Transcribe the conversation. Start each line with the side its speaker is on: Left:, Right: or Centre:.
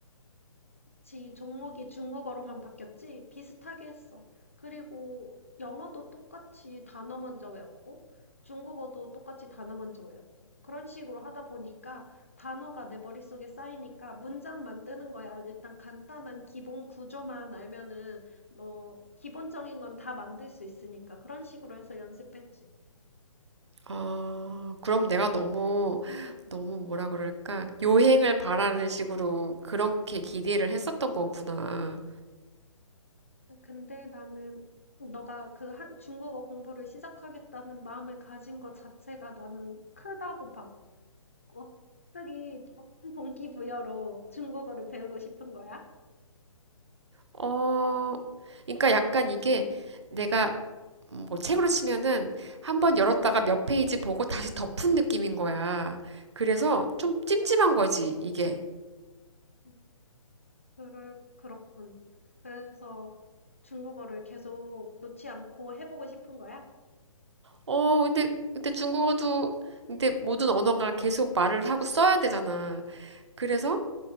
Left: 지 종목이 중국어로만 바뀌었지 비슷하게 했어. 그리고 영어도 똑같이 단어 먼저 외웠고 중국어도 똑같이 단어 먼저 외웠고 그런 식으로 하다 보니까 단어가 내 머릿속에 쌓이니까 문장 만드는 거야. 일단 간단한 기본 구조만 알면은 뭐 기본적인 건 다 만들 수 있으니까 그런 식으로 해서 연습했지.
Right: 아, 그럼 내가 너무, 너무 뭐라 그럴까? 요행을 바라는 식으로 그렇게 기대를 했었던 거구나.
Left: 근데 나는 너가 그 한, 중국어 공부를 시작하겠다는 마음을 가진 것 자체가 나는 크다고 봐. 어, 갑자기 어떤 동기부여로 중국어를 배우고 싶은 거야?
Right: 어, 그러니까 약간 이게 내가 음, 뭐 책으로 치면은 한번 열었다가 몇 페이지 보고 다시 덮은 느낌인 거야. 그래서 좀 찜찜한 거지, 이게.
Left: 음, 그럴, 그렇군. 그래서 중국어를 계속 놓지 않고 해보고 싶은 거야?
Right: 어, 근데, 근데 중국어도, 근데 모든 언어가 계속 말을 하고 써야 되잖아. 그래서